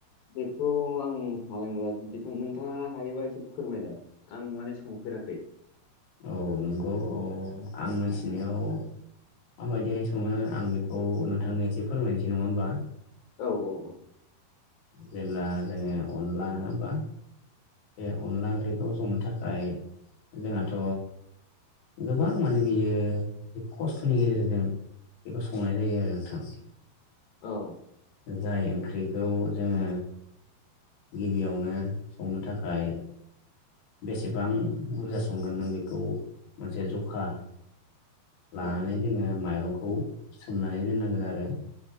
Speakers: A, on the left; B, on the left.
A: बेथ' आं हानाय नंला जिथु नोंथाङा हायोबा एसे फोरमायलाय, आं माने सं फेराखै।
B: औ नंगौ औ। आं मोनथिनायाव माबायदिहाय सङो आं बेखौ नोंथांनो एसे फोरमायनोसै नङा होमबा?
A: औ औ औ।
B: जेब्ला जोङो अनला नङाबा बे अनला ओंख्रिखौ संनो थाखाय जोंहाथ' गोबां माने बियो खस्थ'नि गेजेरजों बेखौ संनाय जायो आरो नोंथां।
A: औ।
B: जाय ओंख्रिखौ जोङो गिबियावनो संनो थाखाय बेसेबां बुरजा संगोन नों बेखौ मोनसे जखा लानानै
A: औ
B: जोङो माइरंखौ सोमनानै दोननांगोन आरो।